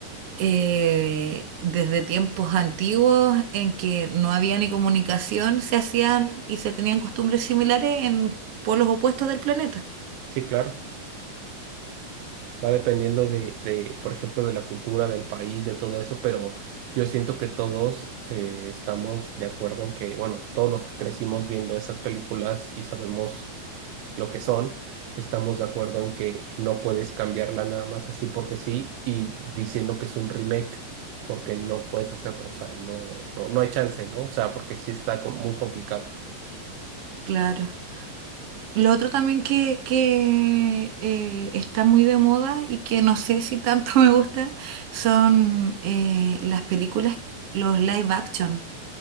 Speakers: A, on the right (about 65°); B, on the right (about 90°).
A: eh, desde tiempos antiguos en que no había ni comunicación, se hacían y se tenían costumbres similares en polos opuestos del planeta.
B: Sí, claro. Va dependiendo de, de, por ejemplo, de la cultura del país, de todo eso, pero yo siento que todos eh, estamos de acuerdo en que, bueno, todos los que crecimos viendo esas películas y sabemos lo que son, estamos de acuerdo en que no puedes cambiarla nada más así porque sí y diciendo que es un remake, porque no puedes hacerlo, o sea, no, no, no hay chance, ¿no? O sea, porque sí está com- muy complicado.
A: Claro. Lo otro también que, que eh, está muy de moda y que no sé si tanto <laughs> me gusta son eh, las películas, los live action.